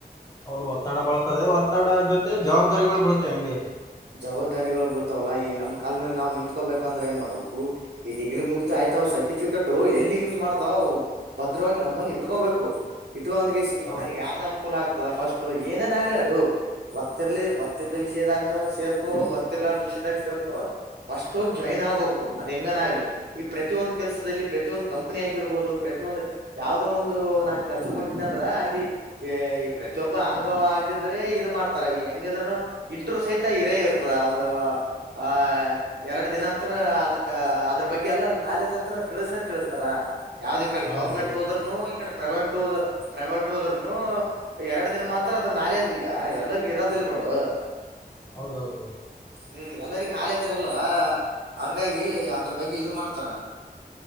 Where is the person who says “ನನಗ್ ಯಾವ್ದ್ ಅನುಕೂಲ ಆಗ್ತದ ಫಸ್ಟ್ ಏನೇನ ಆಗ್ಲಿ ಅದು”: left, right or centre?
Right